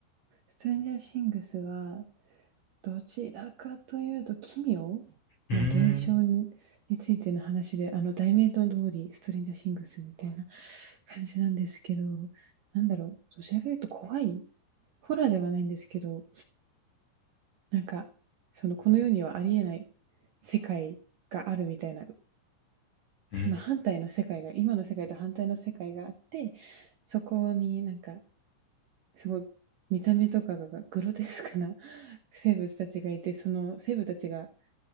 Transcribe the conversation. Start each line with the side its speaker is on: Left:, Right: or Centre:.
Right: ストレンジャーシングスは、どちらかというと、奇妙
Left: うー
Right: な現象に、
Left: ん。
Right: についての話で、あの、題名の通り、ストレンジャーシングスみたいな感じなんですけど、なんだろう、どちらかというと怖いホラーではないんですけど、なんか、その、この世にはありえない世界があるみたいな
Left: うん。
Right: まあ、反対の世界が、今の世界と反対の世界があって、そこになんか、すごい見た目とかがグロテスクな <laughs> 生物たちがいて、その生物たちが